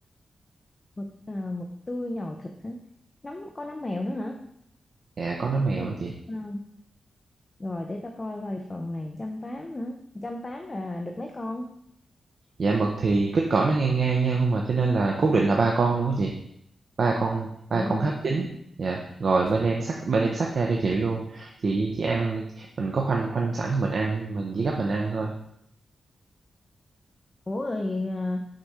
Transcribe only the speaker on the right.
Dạ, có nấm mèo
đó
chị.
Dạ, mực thì kích cỡ nó ngang ngang nhau không à, cho nên là cố định là 3 con luôn á chị, ba con ba
con
hấp chín. Dạ, rồi bên em xắt bên em xắt ra cho chị luôn, chị chị ăn mình có khoanh khoanh sẵn mình ăn, mình chỉ gấp mình ăn thôi.